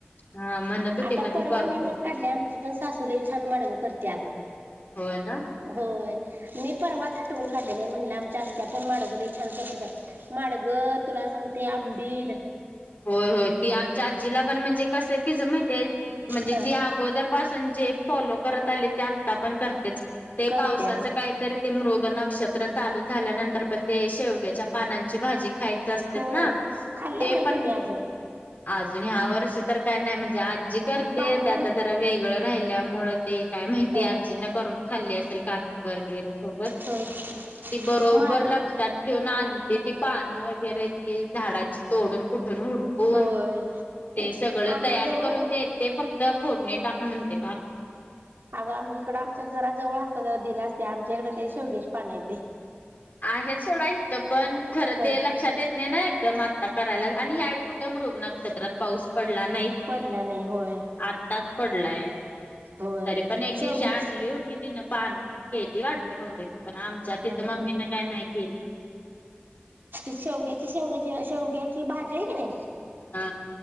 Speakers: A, on the left; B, on the right.
A: हा. म्हणत होती
B: आता
A: मधी
B: परवा
A: करतो
B: मी पण काढली आमची पण सासूले छान मडगं करते अगं.
A: होय ना
B: होय मी परवा आठवून काढलेला म्हणलं आमच्या आतया पण माडग. छान करते त्या माडगं तुला सांगते आंबिल.
A: होय होय ती आमच्या आजीला पण म्हणजे. कसं आहे तिच माहितीय म्हणजे
B: ह
A: ती अगोदर पासून जे फॉलो करत आले ते आता पण कर. ते
B: करत्या
A: पावसाच
B: ना
A: काहीतरी. ते मृग नक्षत्र चालू झाल्यानंतर पण ते शेवग्याच्या पानांची भाजी. ख्यायच असत
B: होय
A: ना
B: खाल्ल्या
A: ते.
B: का नाही
A: पण
B: तुम्ही अजून.
A: अजून ह्या वर्ष. तर काय नाही म्हणजे आजी करते
B: बाजारात
A: आता जरा वेगळं राहिल्यामुळे ते काय माहिती
B: ह
A: आजी न. करून खाल्ली असेल काठी वगैरे. सोबत
B: होय की
A: ती बरोबर
B: माड
A: लक्षात ठेऊून आणते ती पाणं वगैरे झाडांची तोडून. न हुडकून
B: होय
A: ते सगळं
B: आमच्या
A: तयारी
B: जवळ
A: करून देत ते फक्त. तर फोडणी टाक म्हणते काला.
B: अगं आम इकडं आमच्या जरा जवळ असत ज दिला असते आमच्या इकडे ललय शेवग्याच्या पान हाय ते.
A: आहे सोडा इथं पण खरं
B: ह
A: ते लक्षात येत. नाही ना एकदम आत्ता करायलाच आणि ह्यावेळी कुठे मृग नक्षेत्रात पाऊस पडला नाहीच की
B: पडला नाही होय
A: आत्ताच पडलाय
B: होय
A: तरी पण एक
B: शेवग्याची
A: दिवशी आणली होती तिन पानं केली वाटतते पण आमच्याात
B: हं
A: त
B: हं
A: मी ना काय नाही केली
B: त शेवग्याची शेवंग्याची शेवग्याची भाजी आहे का नाही
A: हा